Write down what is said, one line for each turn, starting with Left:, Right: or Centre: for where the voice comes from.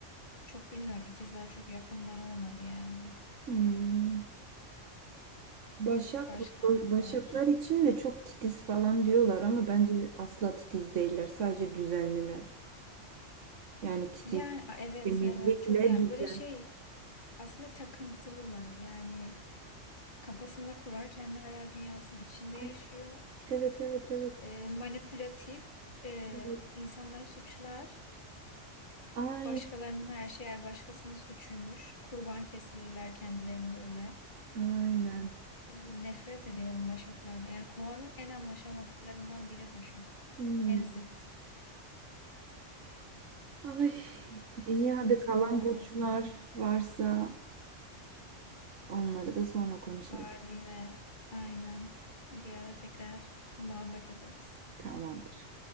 Left: Çok bilmiyorum. İkizler çok yakından olmadı yani.
Right: Hmm. Başak,
Left: Başka ne
Right: Başaklar
Left: var?
Right: için de çok titiz falan diyorlar ama bence asla titiz değiller. Sadece düzenliler. Yani titiz
Left: Yani a, evet
Right: Temizlikle
Left: evet çok yani
Right: düzen.
Left: böyle şey aslında takıntılılar. Yani kafasında kurar kendi hayal dünyasının içinde yaşıyor.
Right: Ay, Evet evet evet.
Left: Ee, manipülatif e,
Right: evet.
Left: insanlara suçlar.
Right: Ay,
Left: Başkalarının her şeyi her başkasının suçuymuş. Kurban kesilirler kendilerini böyle.
Right: aynen.
Left: Ee, nefret ediyorum Başaklar'da. Yani kovanın en anlaşamadıklarından biri Başak.
Right: Hmm.
Left: En zıt.
Right: Ay, iyi
Left: Sıkıntılılar
Right: hadi kalan burçlar
Left: yani.
Right: varsa onları da sonra konuşalım.
Left: Var yine. Aynen. Bir ara tekrar muhabbet ederiz.
Right: Tamamdır.